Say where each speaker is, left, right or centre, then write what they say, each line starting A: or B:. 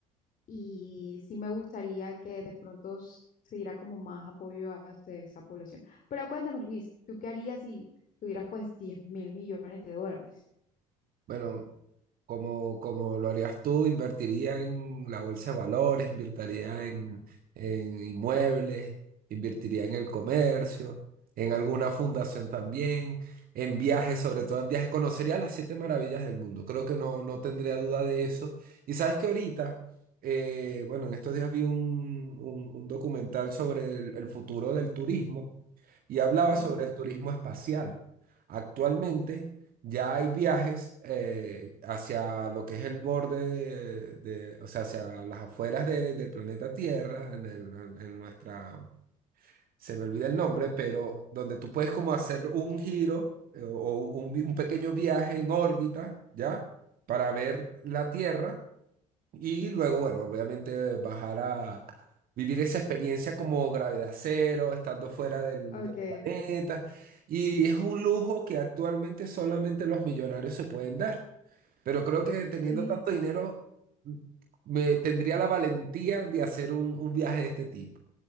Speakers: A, on the left; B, on the right.
A: y sí me gustaría que de pronto s- se diera como más apoyo a este- esa población. Pero cuéntame, Luis, ¿tú qué harías si tuvieras pues diez mil millones de dólares?
B: Bueno, como, como lo harías tú, invertiría en la bolsa de valores, invertiría en, en inmuebles, invertiría en el comercio, en alguna fundación también, en viajes, sobre todo en viajes. Conocería las siete maravillas del mundo. Creo que no, no tendría duda de eso. Y sabes que ahorita, eh, bueno, en estos días vi un, un- un documental sobre el el futuro del turismo y hablaba
A: Ok,
B: sobre el turismo espacial. Actualmente. Ya hay viajes eh, hacia lo que es el borde de, de- o sea, hacia las afueras de- del planeta Tierra, en, el- en- en nuestra, se me olvida el nombre, pero donde tú puedes como hacer un giro eh, o, un, vi- un pequeño viaje en órbita, ¿ya? Para ver la Tierra y luego, bueno, obviamente bajar a vivir esa experiencia como gravedad cero, estando fuera del,
A: ok,
B: del planeta. Y es un lujo que actualmente solamente los millonarios se pueden dar. Pero creo que teniendo
A: mm,
B: tanto dinero, mm, me tendría la valentía de hacer un, un viaje de este tipo.